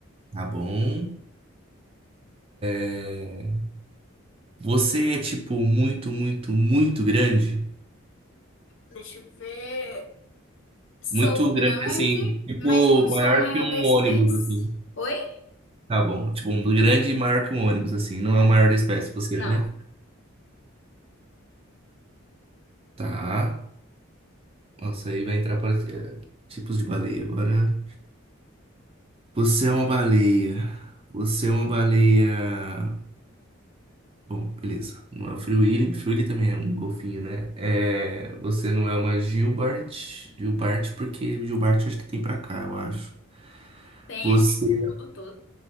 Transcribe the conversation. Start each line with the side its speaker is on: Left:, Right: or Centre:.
Right: Tá bom. É, Você é, tipo, muito, muito, muito grande?
Left: Deixa eu ver. Sou
Right: Muito grande,
Left: grande,
Right: assim. Tipo,
Left: mas não
Right: maior
Left: sou a maior
Right: que um
Left: da espécie.
Right: ônibus, assim.
Left: Oi?
Right: Tá bom. Tipo, um grande e maior que um ônibus, assim. Não é o maior da espécie, você,
Left: Não.
Right: né? Tá. Nossa, aí vai entrar para eh, tipos de baleia. Agora, você é uma baleia. Você é uma baleia. Bom, beleza. Não é o Free Willy. Free Willy também é um golfinho, né? É... Você não é uma Gilbert. Gilbert, porque Gilbert acho que tem pra cá, eu acho.
Left: Tem
Right: Você
Left: as tem no mundo todo.